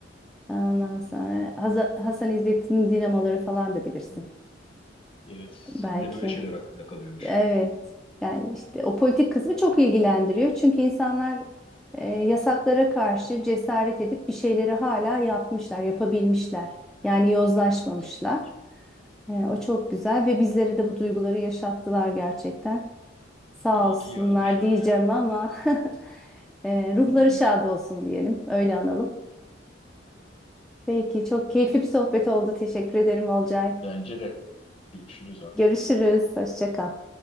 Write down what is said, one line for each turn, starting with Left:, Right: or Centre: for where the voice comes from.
Centre: Ondan sonra Haza- Hasan İzzettin'in dinamoları falan da bilirsin.
Left: hı. Evet, senin
Centre: Belki.
Left: de böyle şeyler hakkında kalıyormuş.
Centre: Evet. Yani işte o politik kısmı çok ilgilendiriyor. Çünkü insanlar e, yasaklara karşı cesaret edip bir şeyleri hala yapmışlar, yapabilmişler. Yani yozlaşmamışlar.
Left: Evet.
Centre: E, o çok güzel ve bizlere de bu duyguları yaşattılar gerçekten. Sağ
Left: İyi
Centre: olsunlar
Left: ki yazmışlar
Centre: diyeceğim
Left: yani.
Centre: ama <laughs> e, ruhları
Left: Evet.
Centre: şad olsun diyelim. Öyle analım. Peki çok keyifli bir sohbet oldu. Teşekkür ederim Olcay.
Left: Bence de. Görüşürüz abi.
Centre: Görüşürüz. Hoşça kal.